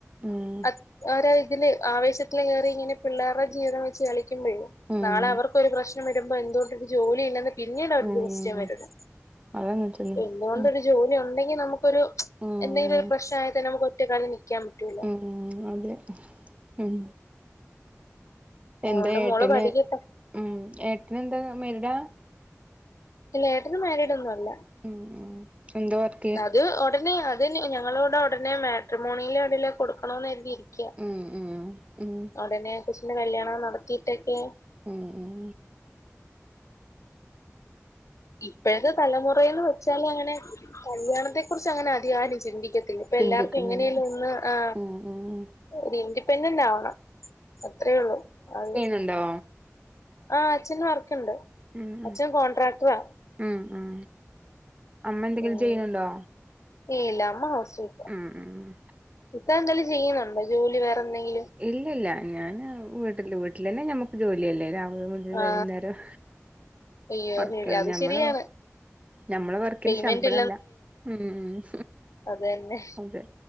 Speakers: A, on the right (about 25°); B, on the left (about 75°).
A: ഉം
B: <unintelligible> അവരാ ഇതിന്റെ ആവേശത്തിൽ ഓരോ ഇതിന് ആവേഷത്തില്കയറി ഇങ്ങനെ പിള്ളേരെജീവിതം വെച്ച് കളിക്കുബെഴ്
A: ഉം
B: നാളെ അവർ ഒരു പ്രശ്നം വരുമ്പോ എന്തൊണ്ട് ഒരു ജോലി ഇല്ലന് ഒ പിന്നേണൊരു.
A: ഉം ഉം
B: കൊസ്റ്റൻ വരുന്നത്
A: അതങ്ങനെ തന്നെ
B: എന്തുകൊണ്ടൊരു
A: ഉം
B: - ജോലി ഉണ്ടെങ്കി നമുക്കൊരു
A: ഉം
B: എന്തെങ്കിലും ഒരു പ്രശ്നായിട്ട് നമുക്ക് ഒറ്റ കാലി നിക്കാൻ പറ്റൂ
A: ഉം അതെ ഉം
B: അതുകൊണ്ട്
A: എന്താ ഏട്ടന്
B: മോള് പഠിക്കട്ടെ.
A: ഉം ഏട്ടന് എന്താ മെരടാ
B: അല്ലഏട്ടന് മാര്യടൊന്നും അല്ല
A: ഉം ഉം എന്താ വര്
B: അത് ഒടനെ അത് ഞങ്ങളോടെ ഒടനെ മാട്രമോണിയിലതിലൊ കൊടുക്കണന്ന് എരുതി ക്യാ.
A: ഉം ഉം ഉം
B: അതെന്നെ കൊച്ചിന്റെ കല്യാണൊനടത്തിട്ടൊക്കെ
A: ഉഉം
B: ഇപ്പോഴത്തെ തലമുറയന്ന് വെച്ചാൽ അങ്ങനെ കല്യാണത്തെ കുറിച്ച് അങ്ങനെ അധികാരും ചിന്തിക്കത്തി ഇനിപ്പോ
A: ചിന്തിക്കുന്നില്ല
B: എല്ലാർക്കും എങ്ങനെലും ഒന്ന് ആ
A: ഉം ഉം
B: ഒരു ഇൻഡിപെൻഡന്റ് ണ്ടാവണം അത്രേ ഉള്ളു അഹ്
A: ഇണ്ടോ
B: ആ അച്ഛൻ വർക്കുണ്ട്
A: ഉം ഉം
B: അച്ഛൻ കോൺട്രാക്ടറാ
A: ഉം ഉം അമ്മ എന്തെങ്കിലും
B: ഏ
A: ചെയ്യുന്നുണ്ടോ
B: ഏല അമ്മാ ഹൗസ് വൈഫാ
A: ഉം ഉം
B: ഇത്ത എന്തെലും ചെയ്യുന്നുണ്ടോ ജോലി വേറെ ന്തെങ്കിലും
A: ഇല്ലില്ല ഞാന് വീട്ടില് വീട്ടില് തന്നെ ഞമ്മക്ക് ജോലിയല്ലേരാ <unintelligible> നിന്ന് വൈകുന്നേരം
B: ആ അയ്യോ
A: വർക്കയിഞ്ഞ്ഞമ്മള്
B: ശരി അത് ശരിയാണ്
A: ഞമ്മള വക്കിന്
B: പേയ്മെന്റ്
A: ശമ്പളല്ല ഉം
B: അതന്നെ
A: അതെ